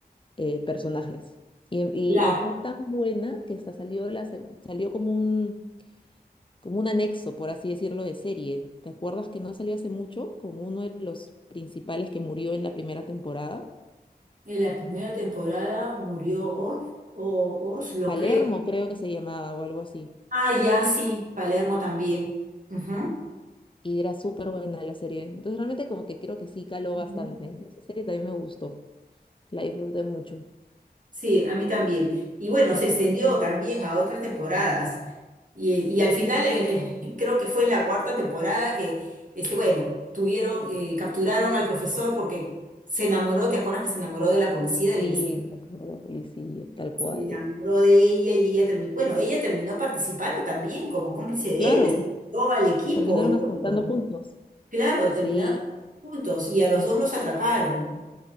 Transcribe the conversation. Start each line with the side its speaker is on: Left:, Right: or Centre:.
Left: eh, personajes. Y,
Right: Claro,
Left: y fue tan buena que hasta salió, la, seg- salió como un como un anexo, por así decirlo, de serie. ¿Te acuerdas que no salió hace mucho con uno de los principales que murió en la primera temporada?
Right: en la primera temporada murió Oz, o Oz, lo
Left: Palermo
Right: creo.
Left: creo que se llamaba o algo así.
Right: Ah, ya, sí, Palermo también. Ujú,
Left: Y era súper buena la serie. Entonces realmente como que creo que sí caló bastante.
Right: ujú.
Left: Esa serie también me gustó. La disfruté mucho.
Right: Sí, a mí también. Y bueno, se extendió también a otras temporadas. Y, y al final, en- en- <laughs> creo que fue en la cuarta temporada que, este, bueno, tuvieron, eh, capturaron al profesor porque se enamoró, ¿te acuerdas que se enamoró de la policía, de la
Left: Sí,
Right: investigación?
Left: como la policía, tal
Right: Se
Left: cual.
Right: enamoró de ella y ella terminó, bueno, ella terminó participando también como cómplice de
Left: Claro,
Right: él, todo al equipo
Left: terminaron
Right: y todo.
Left: asaltando juntos.
Right: Claro,
Left: Sí.
Right: terminaron juntos y a los dos los atraparon,